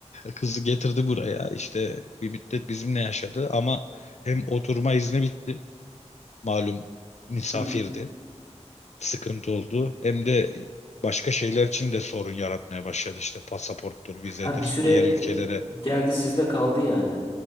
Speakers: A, on the left; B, on the left.
A: kızı getirdi buraya. İşte bir müddet bizimle yaşadı ama hem oturma izni bitti. Malum misafirdi.
B: Hmm.
A: sıkıntı oldu. Hem de başka şeyler için de sorun yaratmaya başladı işte pasaporttur, vizedir,
B: Ha bir süre
A: diğer ülkelere.
B: e, geldi sizde kaldı yani.